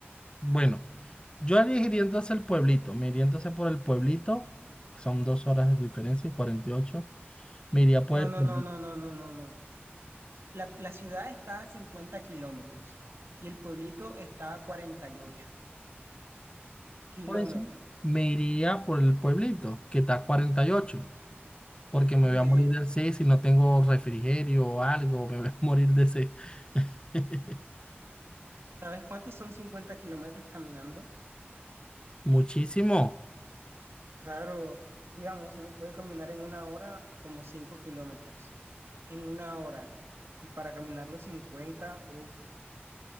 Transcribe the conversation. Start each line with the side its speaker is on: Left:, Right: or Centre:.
Left: Bueno. Yo haría iría hacia el pueblito, me iría entonces por el pueblito, son dos horas de diferencia y 48, me iría por
Right: No,
Left: el
Right: no,
Left: pueblito.
Right: no, no, no, no, no, no. La, la ciudad está a 50 kilómetros y el pueblito está a cuarenta y ocho kilómetros.
Left: Por eso me iría por el pueblito, que está a 48, porque me
Right: Bien,
Left: voy a morir del sed si no tengo refrigerio o algo, me voy a morir de sed. <laughs>
Right: ¿sabes cuántos son 50 kilómetros caminando?
Left: Muchísimo.
Right: Claro, digamos, uno puede caminar en una hora como 5 kilómetros, en una hora. Y para caminar los 50 uff,